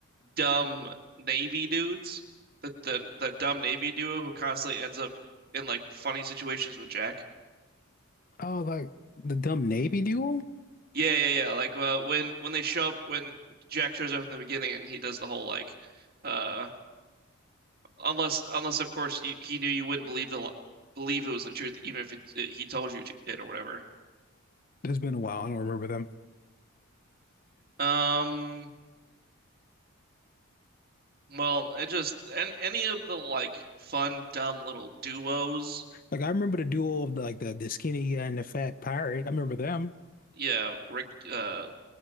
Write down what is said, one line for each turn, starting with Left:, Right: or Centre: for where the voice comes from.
Right: dumb Navy dudes, the the the dumb Navy duo who constantly ends up in like funny situations with Jack.
Left: Oh, like the dumb Navy duo?
Right: Yeah, yeah, yeah. Like uh, when when they show up, when Jack shows up in the beginning, and he does the whole like, uh, Unless, unless of course you, he knew you wouldn't believe the believe it was the truth, even if it, it- he told you to, it or whatever.
Left: It's been a while. I don't remember them.
Right: Um, well, it just any any of the like fun, dumb little duos.
Left: Like I remember the duo of the, like the the skinny guy and the fat pirate. I remember them.
Right: Yeah, Rick. Uh,